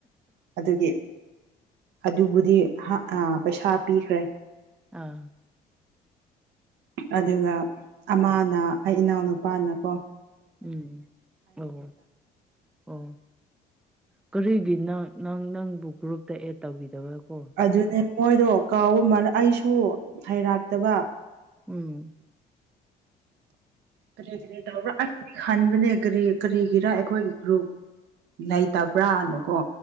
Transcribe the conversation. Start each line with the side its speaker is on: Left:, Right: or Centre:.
Right: ꯑꯗꯨꯒꯤ ꯑꯗꯨꯕꯨꯗꯤ ꯍꯥ ꯑꯥ ꯄꯩꯁꯥ ꯄꯤꯈ꯭ꯔꯦ
Centre: ꯑꯥ
Right: ꯑꯗꯨꯒ ꯑꯃꯥꯅ ꯑꯩ ꯏꯅꯥꯎꯅꯨꯄꯥꯅ ꯀꯣ
Centre: ꯎꯝ ꯑꯣ ꯑꯣ ꯀꯔꯤꯒꯤ ꯅꯪ ꯅꯪ ꯅꯪꯕꯨ ꯒ꯭ꯔꯨꯞꯇ ꯑꯦꯠ ꯇꯧꯕꯤꯗꯕ ꯀꯣ
Right: ꯑꯗꯨꯅꯦ ꯃꯣꯢꯗꯣ ꯀꯥꯎꯕ ꯃꯜꯂꯦ ꯑꯩꯁꯨ ꯍꯩꯔꯇꯕ
Centre: ꯎꯝ
Right: ꯀꯔꯤ ꯀꯔꯤ ꯇꯧꯕ꯭ꯔ ꯑꯁ ꯈꯟꯕꯅꯦ ꯀꯔꯤ ꯀꯔꯤꯒꯤꯔ ꯑꯩꯈꯣꯢꯒꯤ ꯒ꯭ꯔꯨꯞ ꯂꯩꯇꯕ꯭ꯔꯥꯅꯀꯣ